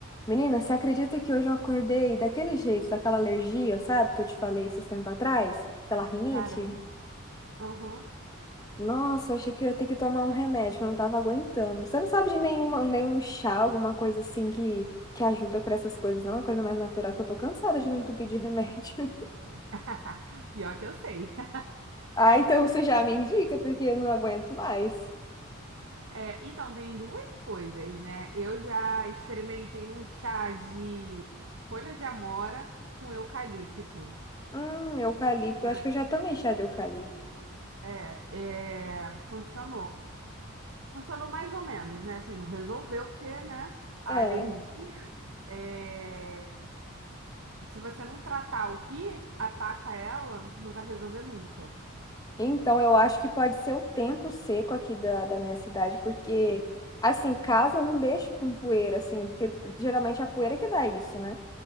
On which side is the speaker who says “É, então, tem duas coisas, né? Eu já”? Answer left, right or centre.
Right